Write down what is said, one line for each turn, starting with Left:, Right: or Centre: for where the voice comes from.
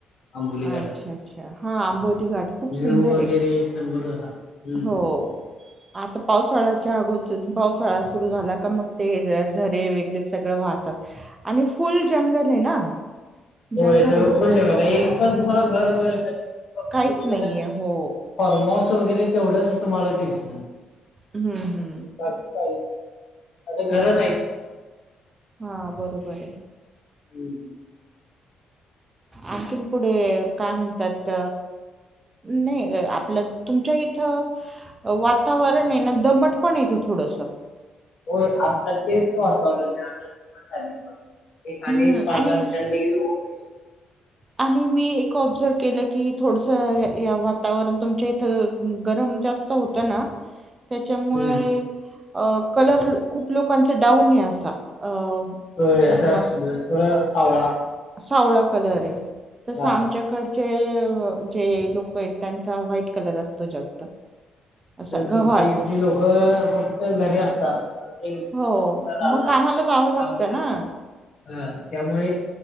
Left: आंबोली
Right: अच्छा
Left: घाटात
Right: अच्छा हा आंबोली घाट खूप
Left: व्ह्यू
Right: सुंदर
Left: वगैरे
Right: आहे
Left: एक नंबर होता हम्म
Right: हो आता पावसाळ्याच्या अगोदरत पावसाळा सुरु झाला का मग ते झरे वै व सगळं वाहतात आणि फुल जंगल आहे ना.
Left: हो
Right: जंगल
Left: सगळं
Right: आहे
Left: फुल जंगल आहे एक पण तुम्हाला घर वगैरे काय दि
Right: काहीच नाहीये हो
Left: फॉर्मस वगैरे तेवढंच तुम्हाला दिसणार
Right: हम्म हम्म
Left: बाकी काही असं
Right: हा
Left: घर नाहीत
Right: हा बरोबर आहे.
Left: हम्म
Right: आणखीन पुढे काय म्हणत त्यात नाही आपल्यात तुमच्या इथं वातावरण आहे ना दमट पण येतं थोडंस
Left: होय आता तेच वातावरण आहे आता जवर झाली थोडं एक
Right: हम्म
Left: आणि एक पाच
Right: आणि
Left: दहा मिनिटां लगेच उघन राल
Right: आणि मी एक ऑब्झर्व केलं की थोडसं या वातावरण तुमच्या इथं गरम जास्त होतं ना ह त्याच्यामुळे
Left: हम्म
Right: कलर खूप लोकांचा डाऊनही असा अ
Left: याचं
Right: म-
Left: थोडं वळा
Right: सावळा कलर आहे तस
Left: हा
Right: आमच्याकड जे लोक आहेत त्यांचा व्हाईट कलर असतो जास्त असा गव्हाळ
Left: तुमच्या इडचे लोक फक्त घरी असतात आमच्या इकडचे
Right: हो
Left: लोकं रानात
Right: मग कामाला
Left: वगैरे
Right: जावं
Left: काम
Right: लागतं
Left: करतात
Right: ना
Left: हा त्यामुळे